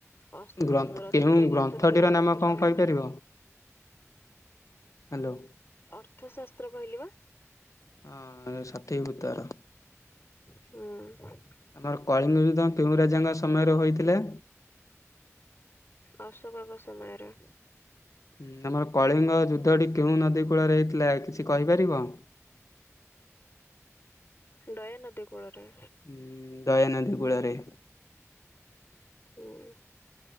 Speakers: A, on the left (about 50°); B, on the left (about 85°).
A: ଅସ
B: ଗ୍ରନ୍ଥ
A: ରଚିତ
B: କେଉଁ
A: ଗ୍ରନ୍ଥ
B: ଗ୍ରନ୍ଥଟିର
A: ଥିଲା ଅସ୍ତ୍ରଶସ୍ତ୍ର।
B: ନାମ କଣ କହିପାରିବ? ହ୍ୟାଲୋ।
A: ଅର୍ଥଶାସ୍ତ୍ର କହିଲି ବା।
B: ହଁ ଏ ଷଠିକ ଉତ୍ତର।
A: ହୁଁ
B: ଆମର କଳିଙ୍ଗ ଯୁଦ୍ଧ କେଉଁ ରାଜାଙ୍କ ସମୟରେ ହୋଇଥିଲା?
A: ଅଶୋକଙ୍କ ସମୟରେ।
B: ହୁଁ ଆମର କଳିଙ୍ଗ ଯୁଦ୍ଧଟି କେଉଁ ନଦୀ କୂଳରେ ହେଇଥିଲା କିଛି କହିପାରିବ?
A: ଦୟାନଦୀ କୂଳରେ।
B: ହୁଁ ଦୟାନଦୀ କୂଳରେ।
A: ଉଁ।